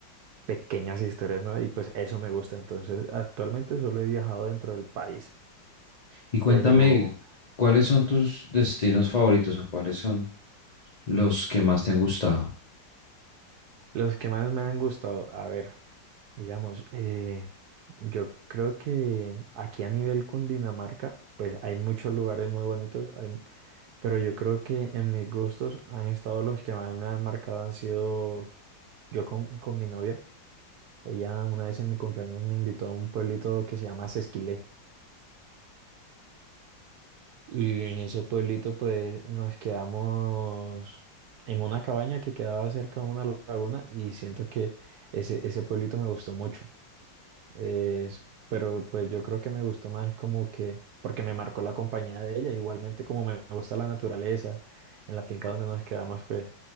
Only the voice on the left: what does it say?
Y cuéntame,
¿cuáles son tus destinos favoritos o cuáles son los que más te han gustado?